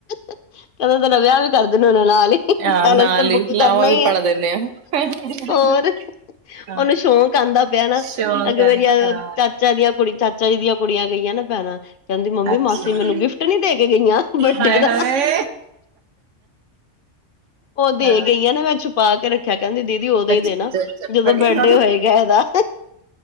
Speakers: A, on the left; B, on the right.
A: ਕਹਿੰਦੇ ਤਨ ਵਿਆਹ ਵੀ ਕਰ ਦੇਨ ਉਹਨਾਂ ਨਾਲ ਹੀ
B: ਹਾਂ
A: ਪੈਲੇਸ
B: ਨਾਲ
A: ਤੇ ਬੁੱਕ
B: ਹੀ ਲਾਵਾਂ
A: ਕਰਨਾ
B: ਵੀ
A: ਹੀ
B: ਪੜ
A: ਆ।
B: <unintelligible>
A: ਹੋਰ
B: ਹਾਂ
A: ਉਹਨੂੰ ਸ਼ੌਂਕ ਆਉਂਦਾ ਪਿਆ ਨਾ
B: ਸ਼ੋਰ
A: ਅਗ
B: ਕਰਨਾ
A: ਮੇਰੀਆਂ
B: ਹਾਂ
A: ਚਾਚਾ ਦੀਆਂ ਕੁੜ ਚਾਚ ਚਾਚਾ ਦੀਆਂ ਕੁੜੀਆਂ ਗਈਆਂ ਨਾ ਭੈਣ ਕਹਿੰਦੀ ਮੰਮੀ
B: ਅੱਛਾ
A: ਮਾਸੀ ਮੈਨੂੰ ਗਿਫਟ ਨੀ ਦੇ ਕੇ ਗਈਆਂ ਵੱਡੇ
B: ਹਾਏ
A: ਦਾ।
B: ਹਾਏ
A: ਉਹ ਦੇ
B: ਹਾਂ
A: ਗਈਆਂ ਨਾ ਮੈਂ ਛੁਪਾ ਕੇ ਰੱਖਿਆ ਕਹਿੰਦੀ ਦੀਦੀ ਉਦੋਂ
B: ਅੱਛਾ
A: ਹੀ ਦੇਣਾ।
B: ਅੱਛਾ ਅੱਛਾ
A: ਜਦੋਂ ਵੈਡੇ ਹੋਏਗਾ ਇਹਦਾ